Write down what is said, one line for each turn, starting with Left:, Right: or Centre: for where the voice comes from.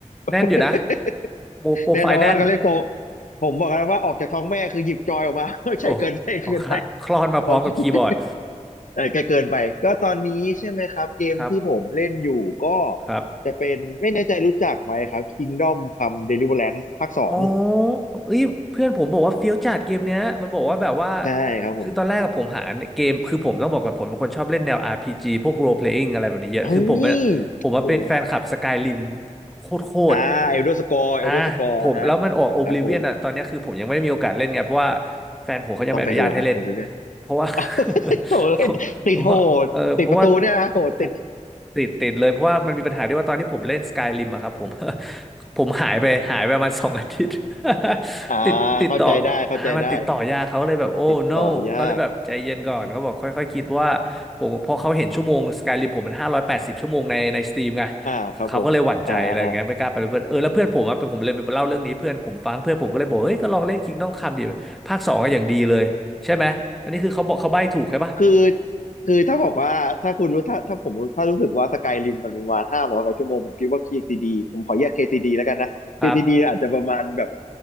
Left: <laughs>
Centre: แน่นอยู่นะโปรโปรไฟล์แน่น
Left: แน่นอนเขาเรียกโตผมบอกแล้วว่าออกจากท้องแม่คือหยิบจอยออกมา <laughs> ไม่ใช่เกินไปเกินไป
Centre: โอ้ออกค่ะคลอนมาพร้อมกับคีย์บอร์ด
Left: โอเค <laughs> เออแกเกินไปก็ตอนนี้ใช่ไหมครับเกมที่ผมเล่นอยู่ก็
Centre: ครับ
Left: จะเป็นไม่แน่ใจรู้จักไหมครับ Kingdom Come Deliverance ภาคสอง
Centre: อ๋อเอ้ยเพื่อนผมบอกว่าเฟี้ยวจัดเกมเนี้ยมันบอกว่าแบบว่า
Left: ใช่ครับผม
Centre: คือตอนแรกกับผมหาเกมคือผมต้องบอกกับผมเป็นคนชอบเล่นแนว RPG พจีพวก role playing อะไรแบบนี้เยอะคือผมเป็น
Left: เฮ้ย
Centre: ผมว่าเป็นแฟนคลับ
Left: โอ้โห
Centre: Skyrim โคตรโคตร
Left: อ่าเอลเดอร์สกอร์เอลเดอร์สกอร์ฮะ
Centre: อ่าผมแล้วมันออก Oblivion
Left: ครับผม
Centre: อ่ะตอนเนี้ยคือผมยังไม่ได้มีโอกาสเล่นไงเพราะว่าแฟนผมเขายังไม่อนุญาตให้เล่น
Left: ต้องไปโดนนะโอเบเว่น
Centre: เพราะว่า <laughs>
Left: อ้า <laughs> โถ่เอ้ยติดโหดติดประตูเนี่ยนะโหดติด
Centre: เพราะเพราะว่าเออเพราะว่าผมติดติดเลยเพราะว่ามันมีปัญหาที่ว่าตอนที่ผมเล่น Skyrim อะครับผม <laughs> ผมหายไปหายไปประมาณ <laughs> สองอาทิตย์ <laughs>
Left: อ่า
Centre: ติดติดต่ออ่ามันติดต่อยากเขาเลยแบบโอ้
Left: เข้าใจได้เข้าใจได้ติดต่อยาก
Centre: no เขาเลยแบบใจเย็นก่อนเขาบอกค่อยๆคิดเพราะว่าผมพอเขาเห็นชั่วโมง
Left: อือฮึ
Centre: Skyrim ผมมันห้าร้อยแปดสิบชั่วโมงในในสตีมไง
Left: อ่าครับผมอ่าอ่าอ่า
Centre: เขาก็เลยหวั่นใจอะไรเงี้ยไม่กล้าไปเป็นเพื่อนเออแล้วเพื่อนผมอะเป็นผมเลยไปเล่าเรื่องนี้เพื่อนผมฟังเพื่อนผมก็เลยบอกเฮ้ยก็ลองเล่น
Left: <laughs>
Centre: Kingdom Come ดิภาคสองอะอย่างดีเลยใช่ไหมอันนี้คือเขาบอกเขาใบ้ถูกใช่ปะ
Left: คือคือถ้าบอกว่าถ้าคุณรู้ถ้าถ้าผมรู้ถ้ารู้สึกว่าสกายริมมันประมาณห้าร้อยกว่าชั่วโมงผมคิดว่า KCD ผมขอแยก KCD แล้วกันนะ KCD
Centre: ครับ
Left: อาจจะประมาณแบบ